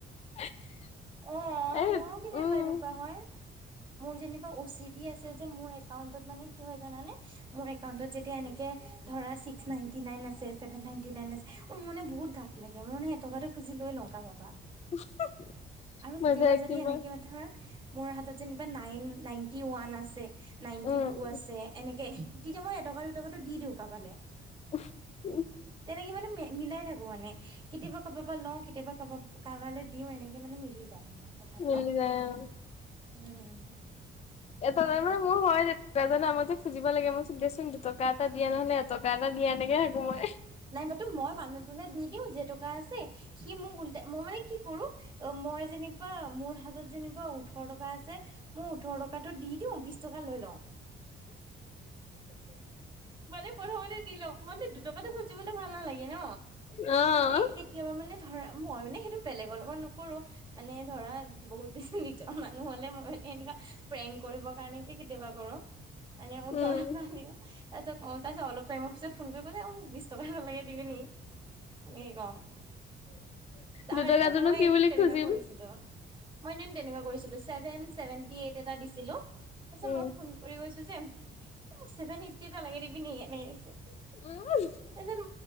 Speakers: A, on the left; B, on the right.
A: <unintelligible>
B: অ',
A: এ
B: মোৰো কেতিয়াবা
A: উম
B: এনেকুৱা হয়। মোৰ যেনিবা অ'চি ডি আছে যে মোৰ একাউন্টত মানে কি হয়, জানানে মোৰ একাউন্টত যেতিয়া এনেকে ধৰা ছিক্স নাইনটি নাইন আছে, ছেভেন নাইনটি নাইন আছে, অ', মোৰ মানে বহুত গাত লাগে। মোৰ মানে এটকাটো খুজি লৈ লওঁ। <unintelligible>
A: <inaudible>
B: আৰু
A: বজাই
B: কেতিয়াবা যদি
A: কিবা
B: এনেকে ধৰা মোৰ হাতত যেনিবা নাইন নাইনটি ওৱান আছে। নাইনটি
A: উম
B: টু আছে, এনেকে। তেতিয়া মই এটকা দুটকাটো দি দিওঁ কাবালে।
A: <inaudible>
B: তেনেকে মানে মিলাই থাকো মানে। কেতিয়াবা কাৰবাব পৰা লওঁ, কেতিয়াবা কাৰবা- কাৰবালে দিওঁ এনেকে মানে মিলা লি যায় মানে। কথাটো
A: মিলি যায় অ'।
B: উম
A: এটা টাইমত মোৰ হয়, দেট আমতে খুজিব লাগে। মই দে চোন দুটকা এটা দিয়া নহ'লে টকা এটা দিয়া এনেকে থাকোঁ মই।
B: নাই বা তো মই মানুহটোলৈ দি দিওঁ যে টকা আছে। সি মোৰ উল্টাই, মই মানে কি কৰোঁ অ', মই যেনিবা মোৰ হাতত যেনিবা ওঠৰ টকা আছে। মই ওঠৰ টকাতো দি দিওঁ, বিশ টকা লৈ লওঁ। মানে প্ৰথমতে দি লওঁ। মানে দুটকাটো খুজিবলৈ ভাল নালাগে ন।
A: অ'।
B: তে কেতিয়াবা মানে ধৰা, মই মানে সেইটো বেলেগৰ লগত নকৰোঁ, মানে ধৰা বহুত বেছি নিজৰ মানুহ হ'লে মই মানে এনেকুৱা পেং কৰিবৰ কাৰণে কি কেতিয়াবা কৰোঁ। আ মানে ওঠৰ
A: উম
B: টকা দিওঁ। তাৰপাছত তাৰপিছত অলপ টাইমৰ পিছত ফোন কৰি বিশ টকা এটা লাগে দিবি নেকি! <unintelligible> তাৰে,
A: দুটকাটোনো
B: মই
A: কি
B: এদিন
A: বুলি
B: তেনেকা
A: খুজিম
B: কৰিছিলোঁ। মই এদিন তেনেকুৱা কৰিছিলোঁ। চেভেন চেভেন্টি এইট এটা দিছিলোঁ। তাৰপিছত,
A: উম
B: মই ফোন কৰি কৈ যে, এ মোক, চেভেন এইটটি এটা লাগে, দিবিনি? এনে কৈছোঁ।
A: উম!
B: তাৰপিছত,